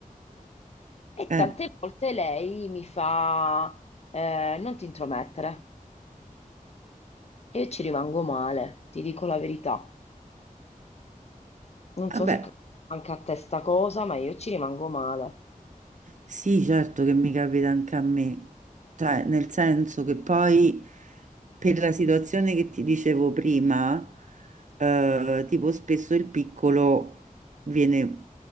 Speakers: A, on the left (about 45°); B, on the right (about 60°).
A: E
B: eh.
A: tante volte lei mi fa eh, non ti intromettere. E Io ci rimango male, ti dico la verità. Non so
B: Vabbè,
A: se capita anche a te sta cosa, ma io ci rimango male.
B: sì, certo che mi capita anche a me, cioè nel senso che poi per la situazione che ti dicevo prima, eh, tipo spesso il piccolo viene